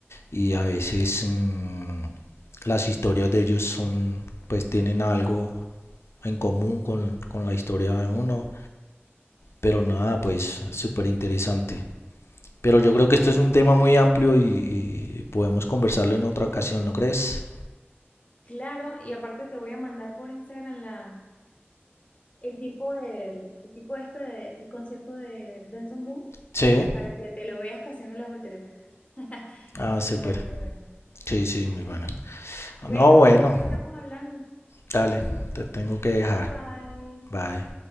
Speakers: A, on the left; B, on the left.
A: y a veces mmm, las historias de ellos son, pues tienen algo en común con, con la historia de uno, pero nada, pues súper interesante. Pero yo creo que esto es un tema muy amplio y, y podemos conversarlo en otra ocasión, ¿no crees?
B: Claro, y aparte te voy a mandar por Instagram la el tipo del, el tipo este de- el concierto de Benson Boone
A: Sí,
B: para que te lo veas haciendo las volteretas. <laughs>
A: ah, súper.
B: Muy bueno, muy bueno.
A: Sí, sí, muy bueno.
B: Bueno,
A: No, bueno,
B: vale, ahí estamos hablando.
A: dale, te tengo que dejar.
B: Bye bye.
A: Bye.